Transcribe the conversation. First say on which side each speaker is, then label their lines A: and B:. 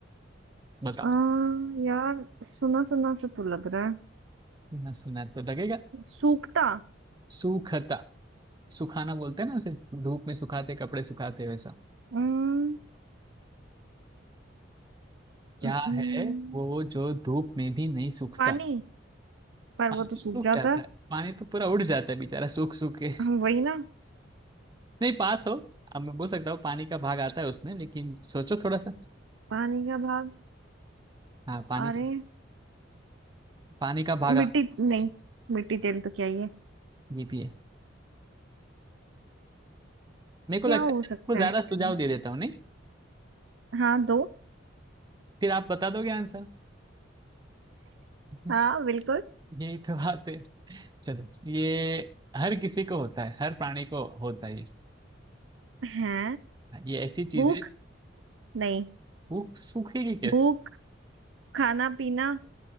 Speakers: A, on the right; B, on the right.
A: बताओ
B: आ, यार सुना सुना सा तो लग रहा है
A: ना सुना तो लगेगा
B: सूखता
A: सूखता सुखाना बोलते हैं ना सिर्फ धूप में सुखाते कपड़े सुखाते वैसा
B: अम्म,
A: क्या
B: हम्म,
A: है वो जो धूप में भी नहीं सूखता
B: पानी पर
A: पानी
B: वो
A: तो
B: तो
A: सूख
B: सूख जाता
A: जाता
B: है
A: है पानी तो पूरा उड़ जाता है बेचारा सूख सूख के
B: हम वही ना
A: नहीं पास हो अब मैं बोल सकता हूँ पानी का भाग आता है उसमें लेकिन सोचो थोड़ा सा
B: पानी का भाग
A: हाँ पानी
B: अरे
A: का पानी का भाग आ-
B: मिट्टी नहीं मिट्टी तेल तो क्या ही है
A: ये भी है मेरे को
B: क्या
A: लगता
B: हो
A: है मैं आपको
B: सकता
A: ज्यादा
B: है
A: सुझाव दे देता हूँ नहीं
B: हाँ दो
A: फिर आप बता दोगे आंसर <laughs>
B: हाँ बिल्कुल
A: यही तो बात है चलो ये हर किसी को होता है हर प्राणी को होता है ये
B: है
A: हाँ, ये ऐसी चीज
B: भूख
A: है
B: नहीं
A: वो सूखेगी कैसे
B: भूख खाना पीना